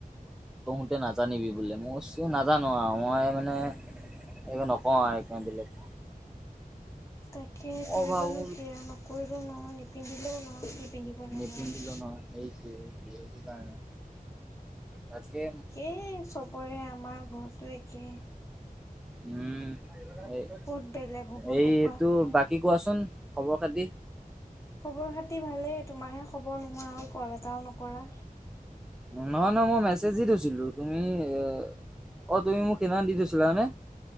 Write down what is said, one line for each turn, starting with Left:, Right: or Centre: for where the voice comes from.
Centre: তহোতে নাজানিবি বোলে, মই কৈছোঁ নাজানো আৰু মই মানে এইবোৰ নকওঁ আৰু এইকাৰণে বেলেগ।
Left: তাকে
Centre: মই
Left: কৰিবনো
Centre: ভাবো
Left: কিয়া নকৰিলোঁ নহয়, নিপিন্ধিলেও নহয়। কি পিন্ধিবনো
Centre: নিপিন্ধিলো
Left: নহ'লে।
Centre: নহয়, এইতোয়ে-এইতোয়ে এইতো কাৰণে তাকে
Left: এই চবৰে, আমাৰ ঘৰটো একেই।
Centre: উম, এই
Left: ক'ত বেলেগ হ'ব
Centre: এইটো
Left: নোকোৱা।
Centre: বাকী কি কোৱাচোন খবৰ খাতি?
Left: খবৰ খাতি ভালেই। তোমাৰহে খবৰ নোহোৱা হ'ল কল এটাও নকৰা।
Centre: নহয়, নহয়। মই মেছেজ দি থৈছিলোঁ তুমি এ অহ, তুমি মোক সেইদিনাখন দি থৈছিলা হয় নে?